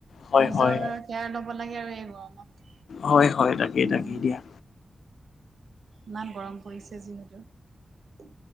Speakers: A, on the left; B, on the right.
A: হয়
B: নিজৰ
A: হয়
B: কেয়াৰ লব লাগে আৰু আৰু আমাক
A: হয় হয় তাকেই
B: উম।
A: তাকেই
B: <inaudible>
A: দিয়া
B: ইমান গৰম পৰিছে যিহেতু।